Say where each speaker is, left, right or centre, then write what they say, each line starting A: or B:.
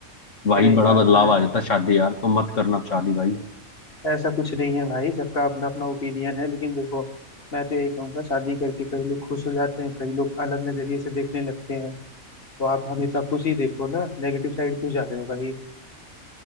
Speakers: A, on the left; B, on the left.
A: भाई
B: अरे
A: बड़ा
B: यार
A: बदलाव आ जाता है शादी यार तो मत करना अब शादी भाई
B: ऐसा कुछ नहीं है भाई सबका अपना अपना ओपिनियन है लेकिन देखो मैं तो यही कहूंगा शादी करके कई लोग खुश हो जाते हैं कई लोग अलग नजरिए से देखने लगते हैं तो आप हमेशा खुशी देखो ना नेगेटिव साइड क्यों जा रहे हो भाई